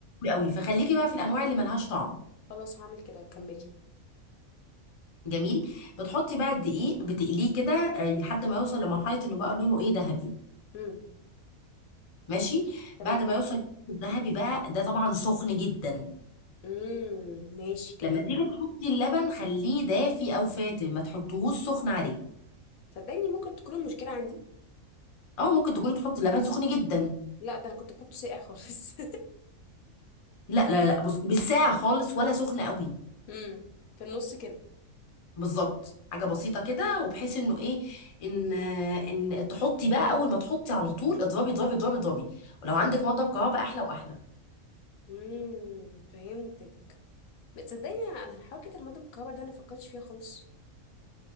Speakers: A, on the left; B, on the left.
A: قوي فخليكي بقى في الانواع اللي ملهاش طعم
B: خلاص هعمل كده كملي
A: جميل بتحطي بقى الدقيق بتقليه كده آه، لحد ما يوصل لمرحله انه بقى لونه ايه ذهبي
B: امم
A: ماشي
B: تمام
A: بعد ما يوصل الذهبي بقى ده طبعا سخن جدا
B: امم ماشي كملي
A: لما تيجي تحطي اللبن خليه دافي او فاتر ما تحطيهوش سخن عليه
B: صدقيني ممكن تكون المشكلة عندي
A: او ممكن تكوني تحطي اللبن سخن جدا
B: لا ده أنا كنت بحطه ساقع خالص
A: لا لا لا بصي بالساعه خالص ولا سخن قوي
B: <laughs> امم في النص كده
A: بالظبط حاجه بسيطه كده وبحيث انه ايه ان ان تحطي بقى اول ما تحطي على طول اضربي اضربي اضربي اضربي ولو عندك مضرب كهرباء احلى واحلى
B: امم فهمتك تصدقني انا حركه المضرب الكهرباء ده انا فكرتش فيها خالص